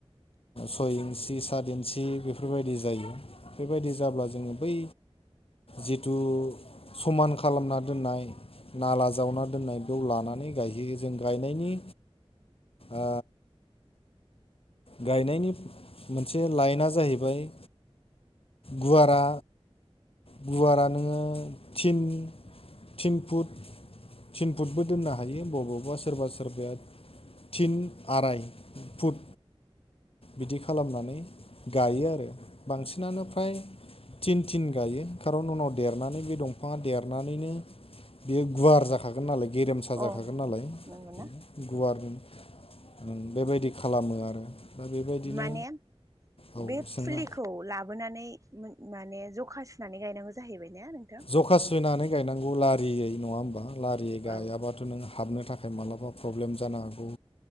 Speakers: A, on the left; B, on the right.
A: सय इन्सि सात इन्सि बेफोरबायदि जायो बेबायदि जाब्ला जोङो बै जिथु समान खालामना दोननाय नाला जावना दोन्नाय बेयाव लानानै गायहैयो जों गायनायनि आ गायनायनि मोनसे लाइना जाहैबाय गुवारा गुवारा नोङोन थिन थिन फुट थिन फुटबो दोननो हायो बबावबा सोरबा सोरबाया थिन आराय फुट बिदि खालामनानै गायो आरो बांसिनानो फ्राय थिन थिन गायो खारन उनाव देरनानै बे दंफाङा देरनानैनो बेयो गुवार जाखागोन नालाय गेरेमसा
B: औ
A: जाखागोन नालाय
B: नंगौना
A: गुवार जों ओम बेबायदि खालामो आरो दा बेबायदिनो
B: माने
A: औ
B: बे
A: सोंना
B: फुलिखौ ला लााबोनानै माने जखा सुनानै गायनांगौ जाहैबाय ने नोंथां। <unintelligible>
A: जखा सुयनानै गायनांगौ लारियै नङा होमबा लारियै
B: औ
A: गाययाबाथ' नों हाबनो थाखा य माब्लाबा प्रब्लेम जानो हागौ